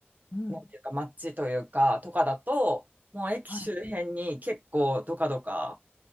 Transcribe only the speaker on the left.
うん。
はい。